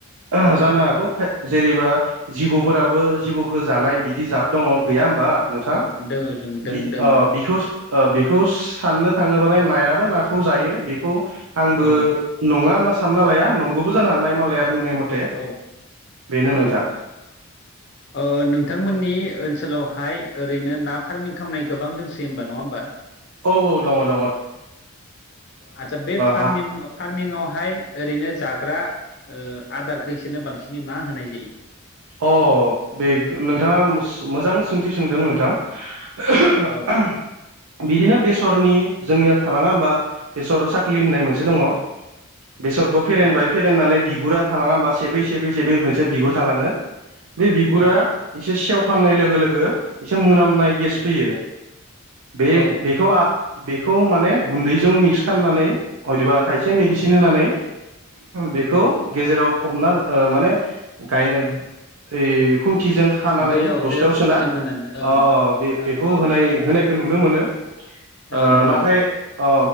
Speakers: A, on the right; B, on the left.
A: ओह
B: औ
A: जानो हागौ खाय जेरैबा जिबौफोराबो जिबौखौ जानाय बिदि जाद दङ गैया होमबा नोंथां
B: औ दोङो दों दों
A: बि
B: दों नोंथां
A: बिखौ ओ बेखौ साननो थाङोबालाय नायाबो नाखौ जायो बेखौ आंबो
B: औ
A: नङा होनना सानना लाया नंगौबो जानो हानाय मालाया बुंनाय मथे
B: औ
A: बेनो
B: औ
A: नोंथां
B: ओ नो थांमोननि ओनसोलावहाय ओरैनो ना फार्मिं खालामनाय गोबां दंसै होमबा नङा होमबा!
A: औ औ दङ दङ ओ
B: आतच्चा बे फार्मिं
A: हा
B: फार्मिंआवहाय ओरैनो जाग्रा ओ आदारखौ इसोरनो बांसिनै मा होनाय जायो?
A: अ बे नोंथाङा सो मोजां सोंथि सोंदों नोंथां। <unintelligible>
B: औ
A: बिदिनो बेसरनि जोंनिया थालांङा होमबा बेसर सा क्लिन होनाय मोनसे
B: अ
A: दङ बेसरखौ फेरेनबाय
B: अ
A: फेरेननानै बि गुरा थलाङा होमबा सेबै सेबै सेबै मोनसे बिगुर थालाङो बे बिगुरा
B: औ
A: एसे सेवखांनाय लोगो लोगो एसे मोनामनाय गेस
B: औ
A: फैयो बे
B: औ
A: बेखौ बेखौ माने गुन्दैजों मिक्स खालामनानै हयदबा खायसे मेडिसिन
B: औ
A: होनानै बेखौ
B: औ
A: गेजेराव फबना ओ माने गाय ओइ खुन थिजों खानानै
B: दैयाव
A: बस्थायाव
B: दैयाव खनसेसो
A: सोना
B: होनानै ओं
A: ओ बेखौ
B: ओं ओं
A: होनाय होनाय खो नुनो मोनो ओ
B: औ नुनो
A: नाथाय
B: मोनो
A: अ